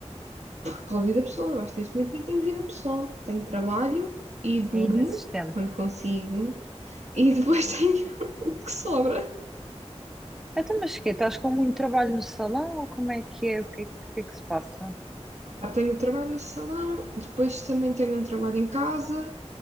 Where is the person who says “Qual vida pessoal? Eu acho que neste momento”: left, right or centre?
Right